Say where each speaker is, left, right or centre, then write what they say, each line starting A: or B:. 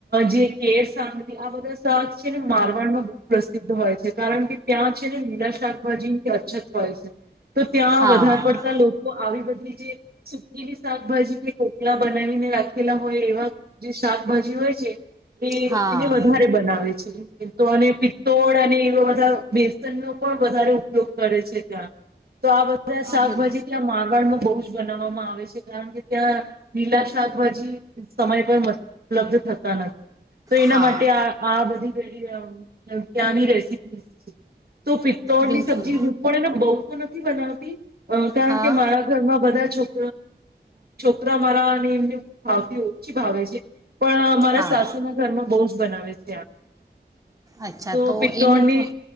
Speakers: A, on the right (about 60°); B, on the right (about 20°).
A: જે કેળ સાંગરી આ બધા શાક છે ને મારવાડમાં પ્રસિદ્ધ હોય છે કારણ કે ત્યાં છે ને લીલા શાકભાજીની અછત હોય છે. તો ત્યાં
B: હા
A: વધારે પડતા લોકો આવી બધી જે સુકીની શાકભાજી કે કોકલા બનાવીને રાખેલા હોય એવા જે શાકભાજી હોય છે એ
B: હા
A: એને વધારે બનાવે છે. તો પિત્તોળ અને એવા બધા બેસન નો પણ વધારે ઉપયોગ કરે છે ત્યાં. તો આ બધા શાકભાજી
B: બિલ
A: ત્યાં મારવાડ નું બવ જ બનાવામાં આવે છેકારણ કે ત્યાં લીલા શાકભાજી સમય પર ઉપલબ્ધ થતા ન તો એના
B: હા
A: માટે આ આ બધી <unintelligible> ત્યાંની રેસીપી છે. તો પિત્તોળ
B: બિલકુલ
A: ની સબ્જી હું પણ એને બહુ તો નથી બનાવતી અ કારણ
B: હા
A: કે મારા ઘરના બધા છોક બધા મારા અને એમને ભાવતી ઓછી ભાવે છે. પણ મારા
B: હા
A: સાસુ ના ઘરમાં બહુ જ બનાવે જ
B: અચ્છા
A: તો પિત્તોણની,
B: એનું પણ